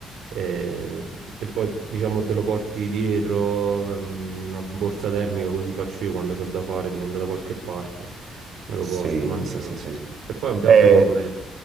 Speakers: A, on the right; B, on the right.
A: eh, e, poi diciamo te lo porti dietro ehm, in una borsa termica, così faccio io quando ho da fare, devo andare da qualche parte, me lo
B: Sì,
A: porto, mangio.
B: sì, sì, sì. sì.
A: E poi è un piatto
B: È,
A: completo.